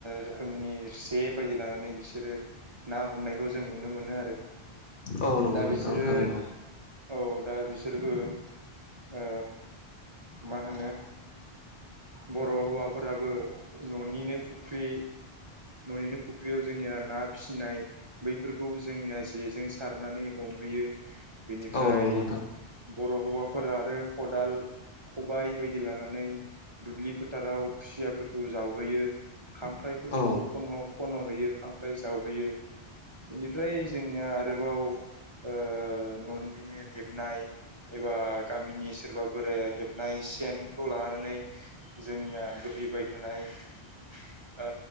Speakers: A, on the right (about 30°); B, on the left (about 55°).
A: रोखोमनि जे बायदि लानानै बिसोरो ना हमनायखौ जों नुनो मो- मोनो आरो।
B: औ नंगौ
A: दा
B: नोंथां
A: बिसोरो
B: थारैनो
A: औ दा बिसोरबो ओ मा होनो बर' हौवाफोराबो न'निनो फुख्रि न'निनो फुख्रियाव जोंनिया ना फिसिनाय बैफोरखौ जोंनिया जेजों सारनानै ह- हमहैयो बेनिफ्राय
B: औ नंगौ नोंथां
A: बर' हौवाफोरा आरो खदाल खबाय बायदि लानानै दुब्लि फोथाराव खुसियाफोरखौ जावहोयो खांख्राइफोरखौबो
B: औ
A: ख'न' खन'हैयो खांख्राइ जावहैयो। बेनिफ्राय जोंनिया आरोबाव ओ न'निनो हेबनाय एबा गामिनि सोरबा बोराया हेबनाय सेनखौ लानानै जोंनिया बोहैबाय थानाय ओ